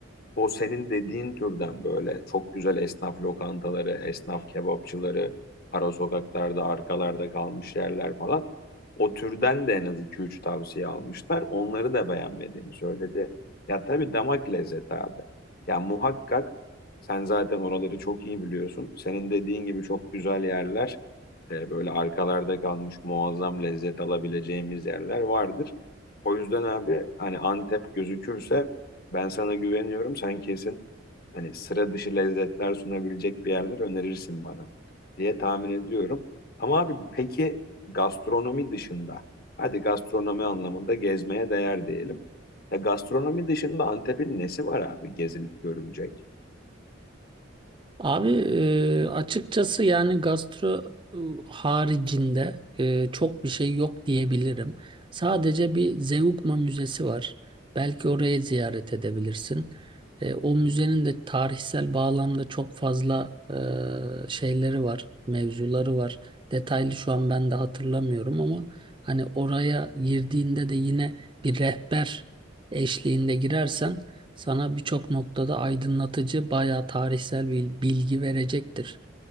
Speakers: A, on the left (about 55°); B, on the right (about 25°).
A: o senin dediğin türden böyle çok güzel esnaf lokantaları, esnaf kebapçıları, ara sokaklarda, arkalarda kalmış yerler falan. O türden de en az iki üç tavsiye almışlar. Onları da beğenmediğini söyledi. Ya tabii damak lezzeti abi. Ya muhakkak sen zaten oraları çok iyi biliyorsun. Senin dediğin gibi çok güzel yerler, e, böyle arkalarda kalmış muazzam lezzet alabileceğimiz yerler vardır. O yüzden abi hani Antep gözükürse ben sana güveniyorum. Sen kesin hani sıra dışı lezzetler sunabilecek bir yerler önerirsin bana diye tahmin ediyorum. Ama abi peki gastronomi dışında, hadi gastronomi anlamında gezmeye değer diyelim. Ya gastronomi dışında Antep'in nesi var abi gezilip görülecek?
B: Abi e, açıkçası yani gastro e, haricinde e, çok bir şey yok diyebilirim. Sadece bir Zeugma Müzesi var. Belki orayı ziyaret edebilirsin. E, o müzenin de tarihsel bağlamda çok fazla e, şeyleri var, mevzuları var. Detaylı şu an ben de hatırlamıyorum ama hani oraya girdiğinde de yine bir rehber eşliğinde girersen sana birçok noktada aydınlatıcı, bayağı tarihsel bir bilgi verecektir.